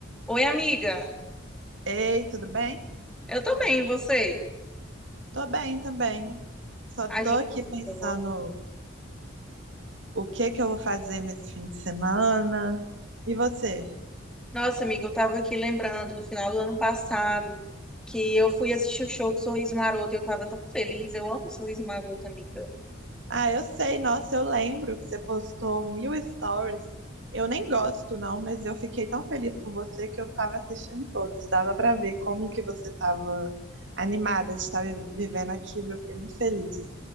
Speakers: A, in the centre; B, on the right.
A: Oi, amiga.
B: Ei, tudo bem?
A: Eu tô bem, e você?
B: Tô bem também. Só
A: Ai,
B: tô
A: que
B: aqui
A: coisa
B: pensando
A: boa.
B: o que que eu vou fazer nesse fim de semana. E você?
A: Nossa, amiga, eu tava aqui lembrando do final do ano passado que eu fui assistir o show do Sorriso Maroto e eu tava tão feliz. Eu amo o Sorriso Maroto, amiga.
B: Ah, eu sei, nossa, eu lembro que você postou mil stories. Eu nem gosto, não, mas eu fiquei tão feliz por você que eu tava assistindo todos. Dava pra ver como que você tava animada de estar vi- vivendo aquilo. Eu fiquei muito feliz.